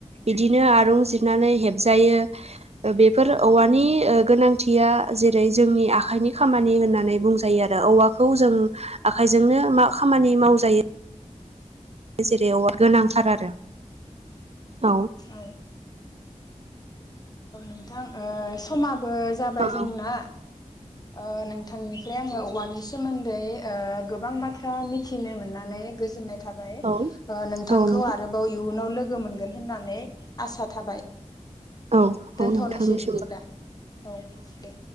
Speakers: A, on the right (about 55°); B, on the left (about 30°).
A: बिदिनो आरुं जिरनानै हेबजायो बेफोर
B: औ
A: मानि ओ गोनांथिया जेरै जोंनि आखाइनि खामानि होननानै बुंजायो आरो औवाखौ जों आखाइजोंनो मा खामानि मावजायो जेरै औ गोनांथार आरो औ
B: औ औ नोंथां ओ समाबो जाबाय
A: औ
B: जोंना ओ नोंथांनि फ्राय आङो औवानि सोमोन्द ओ गोबां बाथ्रा मिथिनो मोननानै गोजोननाय थाबाय
A: औ
B: नोंथांखौ
A: औ नंगौ
B: आरोबाव इयुनाव लोगो मोनगोन होननानै आसा थाबाय
A: औ
B: दोनथ'नोसै
A: औ नोंथांनिसिमबो
B: बिदिब्ला औ दे